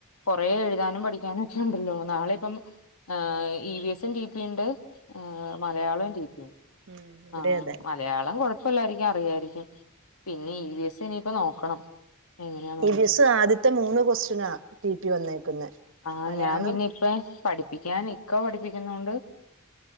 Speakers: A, on the left; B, on the right.
A: കൊറേ എഴുതാനും പഠിക്കാനും ഒക്കെ ഉണ്ടല്ലോ നാളെ ഇപ്പം ആഹ് ഇ വി എസും ടി പി ഉണ്ട് മലയാളം ടി പി ഉണ്ട്
B: ഉം ഇവിടെ
A: ആഹ്
B: അതെ
A: മലയാളം കുഴപ്പില്ലായിരിക്കും അറിയായിരിക്കും പിന്നെ ഇ വി എസ് ഇനിയിപ്പ നോക്കണം എങ്ങനെയാന്നുള്ളത്
B: ഇ വി സ്സ് ആദ്യത്തെ മൂന്ന് ക്വസ്റ്റ്യൻ ആഹ് ടി പി വന്നേക്കുന്നത്
A: ആഹ്
B: മലയാളം
A: ഞാൻ പിന്നെ ഇപ്പ പഠിപ്പിക്കാൻ ഇക്ക പഠിപ്പിക്കുന്ന കൊണ്ട്